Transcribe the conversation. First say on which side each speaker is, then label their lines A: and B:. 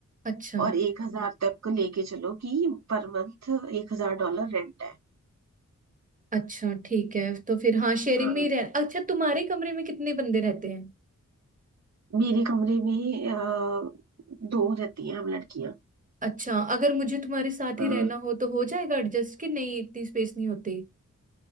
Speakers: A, on the right; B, on the right.
A: अच्छा
B: और एक हजार तक को लेके चलो कि पर मंथ एक हजार डॉलर रेंट है
A: अच्छा ठीक है तो फिर हाँ शेयरिंग
B: हाँ
A: में ही रह अच्छा तुम्हारे कमरे में कितने बंदे रहते हैं
B: मेरे कमरे में अ, दो रहती हैं हम लड़कियां
A: अच्छा अगर मुझे तुम्हारे साथ
B: हाँ
A: ही रहना हो तो हो जाएगा एडजस्ट कि नहीं इतनी स्पेस नहीं होती